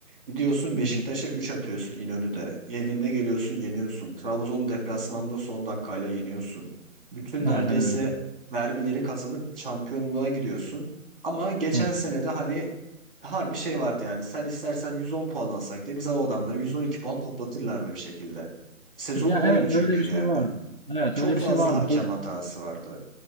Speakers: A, in the centre; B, on the right (about 40°).
A: Gidiyorsun Beşiktaş'a
B: Hı hı.
A: 3 atıyorsun İnönü'de. Evinde geliyorsun yeniyorsun. Trabzon'u deplasmanda son dakikayla yeniyorsun. Bütün neredeyse
B: Aynen öyle.
A: derbileri kazanıp şampiyonluğa gidiyorsun. Ama geçen
B: Hı.
A: sene de hani harbi şey vardı yani. Sen istersen 110 puan alsak da bize o adamları 112 puan toplatırlardı bir şekilde. Sezon
B: Ya
A: oydu
B: evet
A: çünkü
B: öyle bir şey
A: yani.
B: vardı. Evet
A: Çok
B: öyle bir
A: fazla
B: şey vardı.
A: hakem hatası vardı.